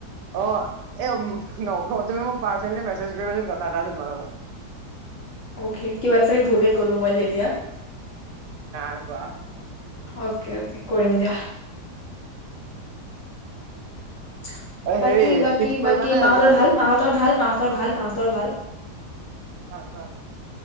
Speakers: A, on the right; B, on the left.
A: অ' এ' নকওঁ, তুমি মোক পাৰ্চনেলী মেছেজ কৰিবাচোন, কথা এটা আছে তোমাৰ লগত।
B: অ'কে কিবা এটা চাগে ভুল এ ক'লো। মই দে এতিয়া
A: গাগুৱা
B: অ'কে অ'কে কৰিম দিয়া। <inaudible>
A: অ'
B: বাকী,
A: হেৰি
B: বাকী,
A: ফিক্স কৰিবা
B: বাকী
A: নে
B: মাহঁতৰ
A: যোৱাটো?
B: ভাল, মাহঁতৰ ভাল, মাহঁতৰ ভাল, মাহঁতৰ ভাল।
A: ভাল ভাল